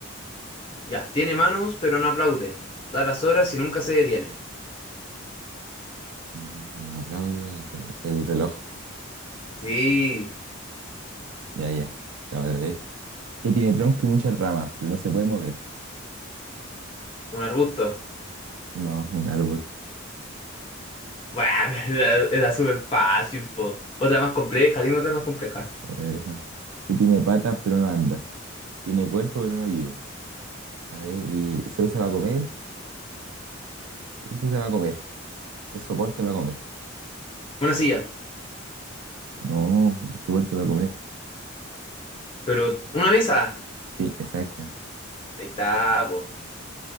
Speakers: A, on the left; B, on the right.
A: Ya, tiene manos, pero no aplaude. Da las horas y nunca se detiene.
B: Mi hermano, Pero no aplaude a la sola- el reloj.
A: Sí,
B: Ya, ya. La otra vez. Que tiene tronco y muchas ramas, pero no se puede mover.
A: un arbusto.
B: No, un árbol.
A: Bueno, <laughs> era, era súper fácil, po. Otra más compleja, dime otra más compleja.
B: A ver, déjame ver. Que tiene patas, pero no anda. Tiene cuerpo, pero no vive. A ver, y se usa para comer. Sí, se usa para comer. Es soporte para comer.
A: Una silla,
B: No, soporte para comer.
A: pero una mesa.
B: Sí, exactamente.
A: Ahí está, po.